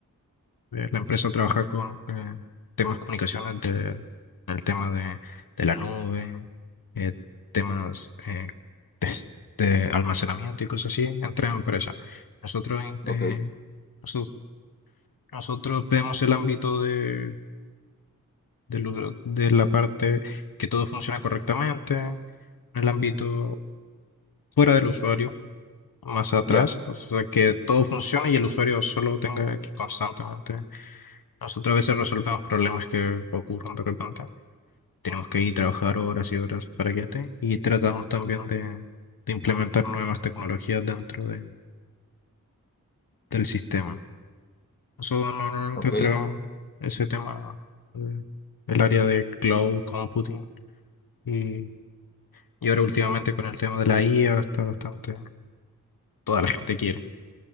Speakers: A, on the left (about 80°); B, on the left (about 30°).
A: Eh, La empresa trabaja con eh, temas comunicaciones de, el tema de, de la nube, eh, temas eh, de, de almacenamiento y cosas así entre empresas. Nosotros,
B: ok,
A: eh, nosotros, nosotros vemos el ámbito de, del uso- de la parte que todo funciona correctamente, el ámbito fuera del usuario más atrás,
B: ya,
A: o sea, que todo funcione y el usuario solo tenga que constantemente. Nosotros a veces resolvemos problemas que ocurren de repente. Tenemos que ir a trabajar horas y horas para que esté. Y tratamos también de, de implementar nuevas tecnologías dentro de- del sistema. Nosotros normalmente
B: ok.
A: entregamos ese tema, eh, el área de cloud computing y, y ahora últimamente con el tema de la IA está bastante, toda la gente quiere.